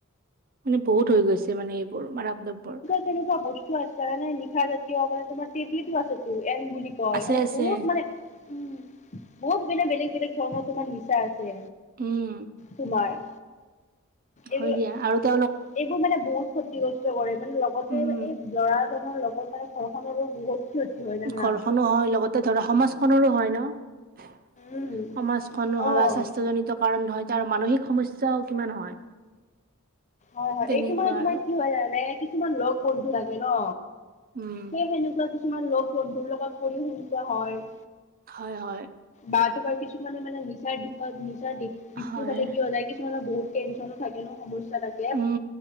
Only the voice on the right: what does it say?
মানে বহুত হৈ গৈছে মানে এইবোৰ মাদক দ্ৰব্যৰ।
আছে
আছে
উম,
হয় দিয়া আৰুটো
উম
ঘৰখনো হয় লগতে ধৰা সমাজখনৰো হয় ন'।
সমাজখনো হয়
বা স্বাস্থ্যজনিত কাৰণ নহয় তাৰ মানসিক সমস্যাও কিমান হয়।
তেনেকুৱা
আৰু
উম
হয়-হয়
হয়
উম